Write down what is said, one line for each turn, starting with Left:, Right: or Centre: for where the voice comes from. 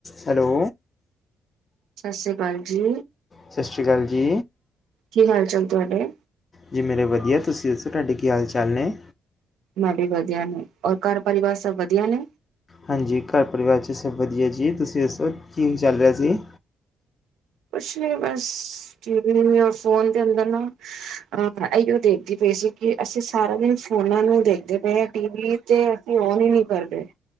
Left: Hello
Right: Sat Sri ਅਕਾਲ ਜੀ
Left: ਸਤਿ ਸ਼੍ਰੀ ਅਕਾਲ ਜੀ
Right: ਕੀ ਹਾਲ ਚਲ ਤੁਹਾਡੇ
Left: ਜੀ ਮੇਰੇ ਵਧੀਆ ਤੁਸੀਂ ਦੱਸੋ ਤੁਹਾਡੇ ਕੀ ਹਾਲ ਚਾਲ ਨੇ
Right: ਮੈਂ ਵੀ ਵਧੀਆ ਨੇ ਔਰ ਘਰ ਪਰਿਵਾਰ ਸਭ ਵਧੀਆ ਨੇ
Left: ਹਾਂਜੀ ਘਰ ਪਰਿਵਾਰ 'ਚ ਸਭ ਵਧੀਆ ਜੀ ਤੁਸੀਂ ਦੱਸੋ ਕੀ ਚੱਲ ਰਿਹਾ ਸੀ
Right: ਕੁਛ ਨ ਬਸ ਟੀਵ ਫੋਨ ਦੇ ਅੰਦਰ ਨਾ ਅ ਇਹੀਓ ਦੇਖਦੀ ਪਈ ਸੀ ਕਿ ਅਸੀਂ ਸਾਰਾ ਦਿਨ ਫੋਨਾ ਨੂੰ ਦੇਖਦੇ ਪਏ ਹ ਟੀਵ ਤੇ ਅਸੀਂ ਓਨ ਹੀ ਨਹੀਂ ਕਰਦੇ